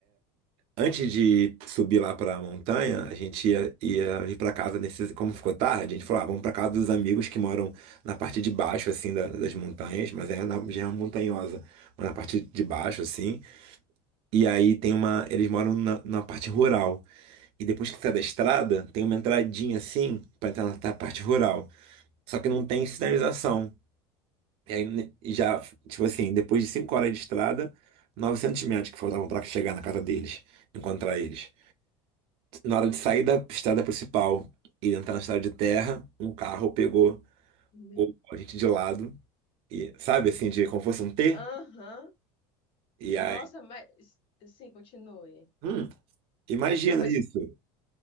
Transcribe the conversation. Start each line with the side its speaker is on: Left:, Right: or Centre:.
Right: Antes de subir lá pra montanha, a gente ia, ia ir pra casa nesse. Como ficou tarde, a gente falou: ah, vamos pra casa dos amigos que moram na parte de baixo, assim, da- das montanhas, mas é na região montanhosa, mas na parte de baixo, assim. E aí tem uma. Eles moram na, na parte rural. E depois que sai da estrada, tem uma entradinha, assim, pra entrar na parte rural. Só que não tem sinalização. E aí né, já, tipo assim, depois de cinco horas de estrada, 900 metros que faltavam para chegar na casa deles, encontrar eles. Na hora de sair da estrada principal e entrar na estrada de terra, um carro pegou
Left: Me-
Right: o- a gente de lado, e sabe assim, de como fosse um T?
Left: Aham.
Right: E
Left: Nossa,
Right: aí,
Left: mas. Sim, continue.
Right: hum, imagina
Left: Não, mas
Right: isso.